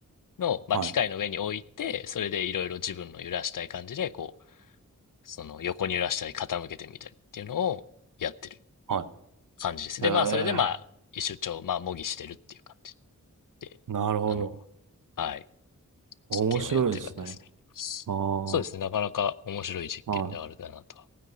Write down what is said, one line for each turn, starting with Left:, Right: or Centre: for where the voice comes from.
Left: の、まあ、
Right: はい。
Left: 機械の上に置いて、それでいろいろ自分の揺らしたい感じで、こう、その横に揺らしたり傾けてみたりっていうのをやってる。
Right: は
Left: 感じです。
Right: い。
Left: で、
Right: ええ、
Left: まあ、それでまあ、一周帳、まあ、模擬してるっていう感じで、
Right: なるほど。
Left: あの、はい、
Right: 面白いですね。
Left: 実験をやってる感じですね。
Right: あ
Left: そうですね、
Right: あ、
Left: なかなか面白い実験ではあるかなとは
Right: は